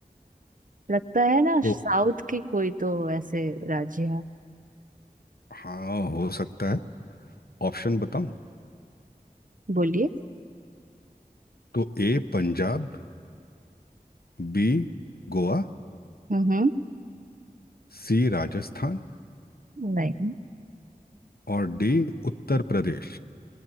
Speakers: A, on the right; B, on the left.
A: लगता है ना
B: तो
A: साउथ के कोई तो ऐसे राज्य है
B: हाँ हो सकता है ऑप्शन बताऊं
A: बोलिए
B: तो A Punjab B Goa
A: हम्म
B: C Rajasthan
A: नहीं
B: और डी उत्तर प्रदेश